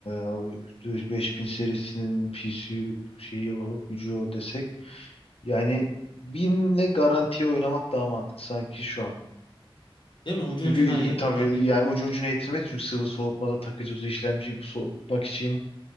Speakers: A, on the left (about 80°); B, on the left (about 50°).
A: o 5000 serisinin PC şeyi o gücü o desek. Yani binle garantiye oynamak daha mantıklı sanki şu an.
B: Değil mi? Ucu
A: Çünkü
B: ucuna yet
A: tabii
B: yani
A: yani ucu ucuna yetirmez. Çünkü sıvı soğutmada takıcı işlemciyi soğutmak için